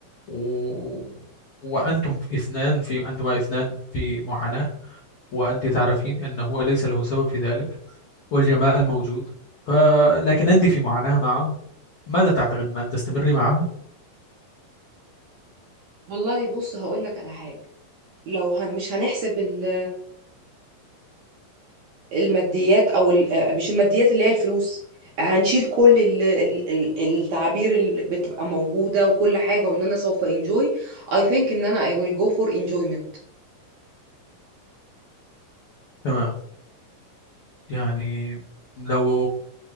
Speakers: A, on the left; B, on the right.
A: و... وأنتم في اثنان في أنتما اثنان في معاناة وأنت تعرفين أنه هو ليس له سبب في ذلك والجمال موجود ف... لكن أنت في معاناة معه ماذا تعتقد أن تستمري معها؟
B: والله بص هقول لك على حاجة لو هن مش هنحسب ال- الماديات او ال- آه، مش الماديات اللي هي الفلوس هنشيل كل ال- ال- ال- التعابير اللي بتبقى موجودة وكل حاجة وان انا سوف انجوي I think ان انا I will go for enjoyment
A: تمام يعني لو